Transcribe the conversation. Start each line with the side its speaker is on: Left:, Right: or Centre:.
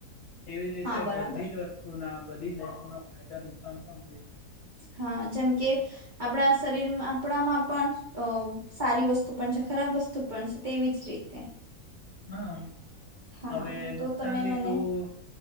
Left: એવી જ રીતે
Right: હા બરાબર
Left: બધી જ વસ્તુના બધી જ વસ્તુમાં ફાયદા નુકસાન પણ હોય છે.
Right: હા જેમ કે આપણા શરીરમાં આપણામાં પણ અ સારી વસ્તુ પણ છે ખરાબ વસ્તુ પણ છે તેવીજ રીતે.
Left: હા.
Right: હા
Left: હવે
Right: તો
Left: નુકસાન
Right: તમે
Left: બી
Right: મને
Left: તું